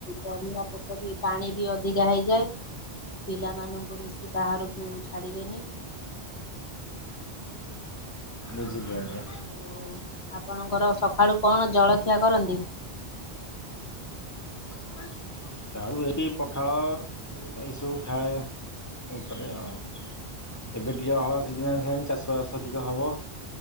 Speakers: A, on the left (about 90°); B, on the left (about 15°).
A: ଗଢିଆ ପୋଖରୀ ପାଣି ବି ଅଧିକା ହେଇଯାଏ। ପିଲାମାନଙ୍କୁ ବେଶି ବାହାରକୁ ଛାଡ଼ିବେନି।
B: ବୁଝିଲି ଆଜ୍ଞା।
A: ଓ ଆପଣଙ୍କର ସକାଳୁ କଣ ଜଳଖିଆ କରନ୍ତି?
B: ଆ ଆଉ ଏଠି ପଖାଳ ଏଇସବୁ ଖାଏ ଏ କରେ ଆଉ। ଏବେ ଟିକିଏ ହଳ ସିଜିନ ଆସିଲାଣି ଚାଷବାସ ଟିକେ ହବ।